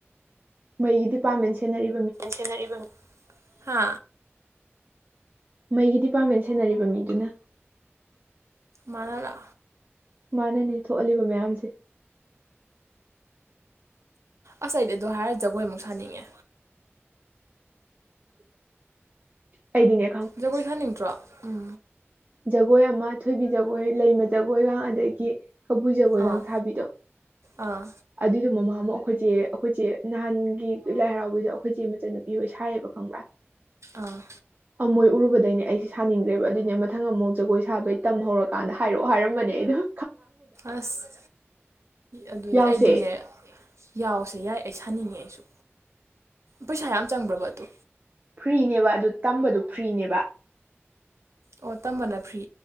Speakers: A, on the right (about 35°); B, on the right (about 85°).
A: ꯃꯩꯒꯤ ꯗꯤꯄꯥꯔꯠꯃꯦꯟ ꯁꯦꯟꯅꯔꯤ
B: ꯁꯦꯟꯅꯔꯤꯕ ꯍꯥ
A: ꯃꯩꯒꯤ ꯗꯤꯄꯥꯔꯠꯃꯦꯟ ꯁꯦꯟꯅꯔꯤꯕ ꯃꯤꯗꯨꯅ
B: ꯃꯅꯥꯔꯥ
A: ꯃꯥꯅꯅꯤ ꯊꯣꯛꯍꯜꯂꯤꯕ ꯃꯌꯥꯝꯁꯦ
B: ꯑꯁ ꯑꯩꯗꯤ ꯑꯗꯨ ꯍꯥꯏꯔ ꯖꯒꯣꯏ ꯑꯃꯨꯛ ꯁꯥꯅꯤꯡꯉꯦ
A: ꯑꯩꯗꯤꯅ‌ꯦ
B: ꯖꯒꯣꯏ ꯁꯥꯅꯤꯡꯇ꯭ꯔꯣ ꯎꯝ
A: ꯖꯒꯣꯏ ꯑꯃ ꯊꯣꯏꯕꯤ ꯖꯒꯣꯏ ꯂꯩꯃ ꯖꯒꯣꯏꯒ ꯑꯗꯒꯤ ꯀꯕꯨꯏ ꯖꯒꯣꯏꯒꯥꯡ
B: ꯑꯥ
A: ꯁꯥꯕꯤꯗꯣ
B: ꯑꯥ
A: ꯑꯗꯨꯏꯗꯣ ꯃꯃꯥꯟꯃꯨꯛ ꯑꯩꯈꯣꯏ ꯆ‌ꯦ ꯑꯩꯈꯣꯏ ꯆ‌ꯦ ꯅꯍꯥꯟꯒꯤ ꯂꯥꯏ ꯍꯔꯥꯎꯕꯩꯗꯣ ꯑꯩꯈꯣꯏ ꯆ‌ꯦ ꯃꯆꯟꯅꯨꯄꯤ ꯍ‌ꯣꯏ ꯁꯥꯏꯌꯦꯕ ꯈꯪꯕ꯭ꯔꯥ
B: ꯑꯥ
A: ꯃꯣꯏ ꯎꯔꯨꯕꯗꯩꯅꯦ ꯑꯩꯁ‌ꯦ ꯁꯥꯅꯤꯡꯒ‍꯭ꯔꯦꯕ ꯑꯗꯨꯏꯅꯦ ꯃ ꯃꯊꯪ ꯑꯃꯨꯛ ꯖꯒꯣꯏ ꯁꯥꯕꯩ ꯇꯝ ꯍꯧꯔꯛꯀꯥꯟꯗ ꯍꯥꯏꯔꯛꯑꯣ ꯍꯥꯏꯔꯝꯕꯅꯦ ꯑꯩꯗ‌ꯣ
B: ꯑꯁ ꯑꯗꯨꯅ‌ꯦ
A: ꯌꯥꯎꯁꯦ
B: ꯑꯩꯗꯤꯅꯦ ꯌꯥꯎꯁꯦ ꯌꯥꯏ ꯑꯩ ꯁꯥꯅꯤꯡꯉꯦ ꯑꯩꯁꯨ ꯄꯩꯁꯥ ꯌꯥꯝ ꯆꯪꯕ꯭ꯔꯕ ꯑꯗꯨ
A: ꯐ꯭ꯔꯤꯅꯦꯕ ꯑꯗꯨ ꯇꯝꯕꯗꯨ ꯐ꯭ꯔꯤꯅꯦꯕ
B: ꯑꯣ ꯇꯝꯕꯅ ꯐ꯭ꯔꯤ